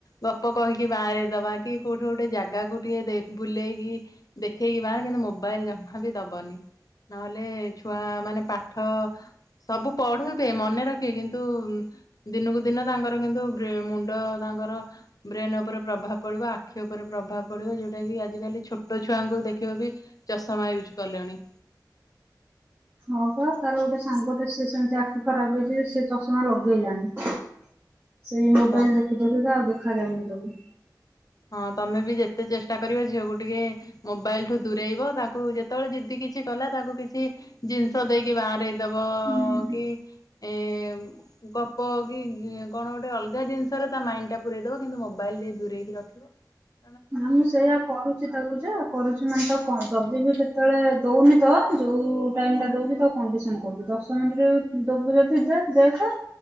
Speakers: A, on the left; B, on the right.
A: ଗପ କହିକି ବାଁରେଇଦବା କି କୋଉଠି ଗୋଟେ ଜାଗାକୁ ଟିକେ ଦେ-ବୁଲେଇକି ଦେଖେଇକି ବାଁରେଇ କିନ୍ତୁ ମୋବାଇଲ ଜମା ବି ଦବନି ନହେଲେ ଛୁଆ ମାନେ ପାଠ ସବୁ ପଢିବେ ମନେ ରଖିବେ କିନ୍ତୁ ଦିନକୁ ଦିନ ତାଙ୍କର କିନ୍ତୁ ମୁଣ୍ଡ ତାଙ୍କର ବ୍ରେନ୍ ଉପରେ ପ୍ରଭାବ ପଡ଼ିବ ଆଖି ଉପରେ ପ୍ରଭାବ ପଡ଼ିବ, ଯୋଉଟା କି ଆଜିକାଲି ଛୋଟ ଛୁଆଙ୍କୁ ଦେଖିବ ବି ଚଷମା ୟୂଜ୍ କଲେଣି।
B: ହଁ ପା ତାର ଗୋଟେ ସାଙ୍ଗଟେ ସିଏ ସେମତି ଆଖି ଖରାପ ହେଇଛି ଯେ ସେ ଚଷମା ଲଗେଇଲାଣି। ସେଇ
A: ହଁ
B: ମୋବାଇଲ
A: ତ
B: ଦେଖି ଦେଲେ ତ ଆଉ ଦେଖାାଯାଉନି ତାକୁ।
A: ହଁ ତମେ ବି ଯେତେ ଚେଷ୍ଟା କରିବ ଝିଅକୁ ଟିକେ ମୋବାଇଲ ଠୁ ଦୂରେଇବ ତାକୁ ଯେତେବେଳେ ଯିଦି କିଛି କଲା ତାକୁ କିଛି ଜିନିଷ ଦେଇକି ବାହାର ଦବ
B: ହୁଁ
A: କି ଏ ଗପ କି କଣ ଗୋଟେ ଅଲଗା ଜିନିଷରେ ତା ମାଇଣ୍ଡ ଟା ପୁରରେଇ ଦବ କିନ୍ତୁ ମୋବାଇଲ ଟିକେ ଦୂରେଇକି ରଖ। <unintelligible>
B: ନା ମୁଁ ସେଇୟଆ କରୁଛି ତକୁ ଯ କରୁଛି ମାନେ ତ କଣ? ଯଦି ବି କେତେବେଳେ ଦଉନି ତ ଯୋଉ ଟାଇମ ଟା ଦଉଛି ତ କଣ୍ଡିସନ କରୁଛି ଦଶ ମିନିଟ ଦବୁ ଯଦି ଦେଖ